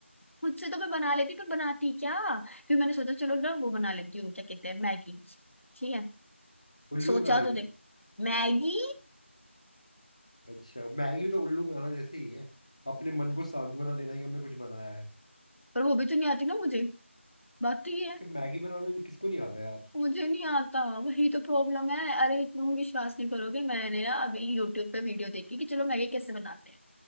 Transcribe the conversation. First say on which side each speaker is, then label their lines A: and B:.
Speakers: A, on the left (about 70°); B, on the left (about 30°).
A: खुद से तो मैं बना लेती पर बनाती क्या फिर मैंने सोचा चलो ना वो बना लेती हूँ क्या कहते हैं मैगी ठीक है
B: उल्लू
A: सोचा
B: बना ली
A: तो देख
B: थी
A: मैगी
B: अच्छा मैगी भी तो उल्लू बनाना जैसे ही है अपने मन को सांत्वना देना है कि हमने कुछ बनाया है
A: पर वो भी तो नहीं आती ना मुझे बात तो ये है
B: कि मैगी बनाना नहीं- किसको नहीं आता यार
A: मुझे नहीं आता वही तो प्रॉब्लम है अरे तुम विश्वास नहीं करोगे मैंने ना अभी यूट्यूब पे वीडियो देखी कि चलो मैगी कैसे बनाते हैं